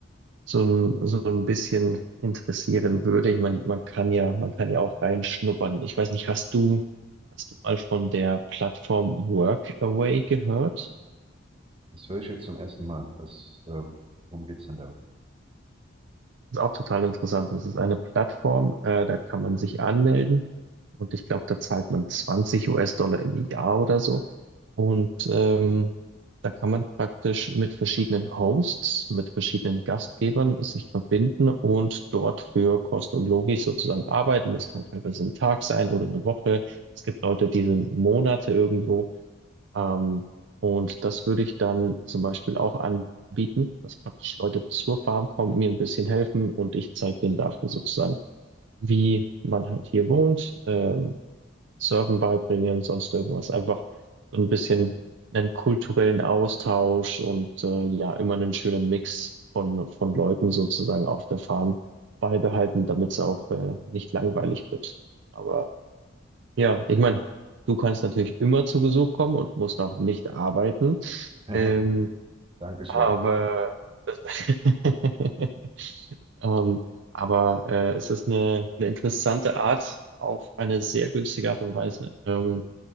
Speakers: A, on the right; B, on the right.
A: so ein, so ein bisschen interessieren würde, ich meine, man kann ja, man kann ja auch reinschnuppern. Ich weiß nicht, hast du, hast du mal von der Plattform Workaway gehört?
B: Das höre ich jetzt zum ersten Mal. Das, äh, worum geht's denn da?
A: ist auch total interessant. Das ist eine Plattform, äh, da kann man sich anmelden und ich glaube, da zahlt man 20 US-Dollar im Jahr oder so. Und ähm, da kann man praktisch mit verschiedenen Hosts, mit verschiedenen Gastgebern sich verbinden und dort für Kost und Logik sozusagen arbeiten. Das kann teilweise ein Tag sein oder eine Woche. Es gibt Leute, die sind Monate irgendwo. Ähm, und das würde ich dann zum Beispiel auch anbieten, dass praktisch Leute zur Farm kommen, mir ein bisschen helfen und ich zeige denen dafür sozusagen, wie man halt hier wohnt, ähm, Surfen beibringen, sonst irgendwas. Einfach so ein bisschen einen kulturellen Austausch und äh, ja, immer einen schönen Mix von, von Leuten sozusagen auf der Farm beibehalten, damit es auch äh, nicht langweilig wird. Aber ja, ich meine, du kannst natürlich immer zu Besuch kommen und musst auch nicht arbeiten.
B: <laughs>
A: Ähm,
B: Dankeschön.
A: aber das, <laughs> ähm, aber äh, es ist eine, eine interessante Art, auf eine sehr günstige Art und Weise, ähm,